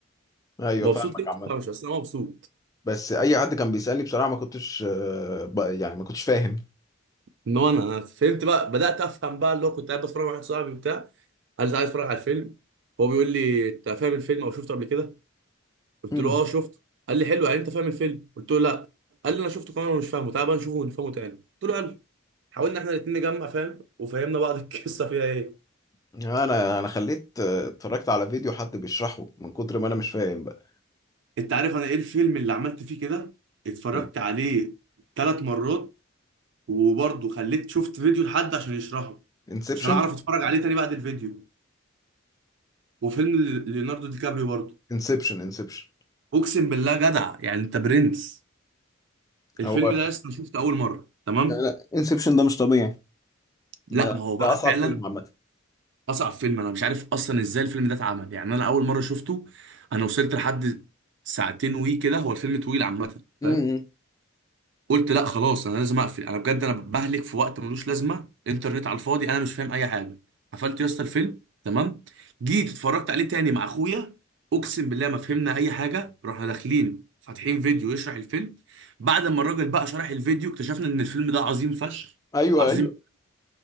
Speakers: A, on the left (about 15°); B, on the right (about 60°).
A: ايوه
B: مبسوط
A: فاهمك
B: ليه ما
A: عامه
B: تفهمش بس انا مبسوط
A: بس اي حد كان بيسالني بصراحه ما كنتش آه، ب- يعني ما كنتش فاهم
B: ان هو انا أنا فهمت بقى بدات افهم بقى اللي هو كنت قاعد بتفرج مع واحد صاحبي وبتاع قال لي تعالى اتفرج على الفيلم هو بيقول لي انت فاهم الفيلم او شفته قبل كده قلت
A: مم.
B: له اه شفته قال لي حلو يعني انت فاهم الفيلم قلت له لا قال لي انا شفته كمان ومش فاهمه تعالى بقى نشوفه ونفهمه تاني قلت له يلا حاولنا احنا الاثنين نجمع فاهم وفهمنا بعض <laughs> القصه فيها ايه
A: انا انا خليت آه، اتفرجت على فيديو حد بيشرحه من كتر ما انا مش فاهم بقى
B: انت عارف انا ايه الفيلم اللي عملت فيه كده اتفرجت
A: ايه
B: عليه ثلاث مرات وبرضه خليت شفت فيديو لحد عشان يشرحه
A: انسبشن
B: عشان اعرف اتفرج عليه تاني بعد الفيديو وفيلم ليوناردو دي كابريو برضه
A: انسبشن انسبشن
B: اقسم بالله جدع يعني انت برنس الفيلم
A: هو
B: ده لسه شفته اول مره تمام
A: لا لا انسبشن ده مش طبيعي
B: لا
A: لا
B: ما هو بقى
A: ده اصعب
B: فعلا
A: فيلم عامه
B: اصعب فيلم انا مش عارف اصلا ازاي الفيلم ده اتعمل يعني انا اول مره شفته انا وصلت لحد ساعتين وي كده هو الفيلم طويل عامه
A: امم
B: فاهم قلت لا خلاص انا لازم اقفل انا بجد انا بهلك في وقت ملوش لازمه انترنت على الفاضي انا مش فاهم اي حاجه قفلت يا اسطى الفيلم تمام جيت اتفرجت عليه تاني مع اخويا اقسم بالله ما فهمنا اي حاجه رحنا داخلين فاتحين فيديو يشرح الفيلم بعد ما الراجل بقى شرح الفيديو اكتشفنا ان الفيلم ده عظيم فشخ
A: ايوه
B: عظيم
A: ايوه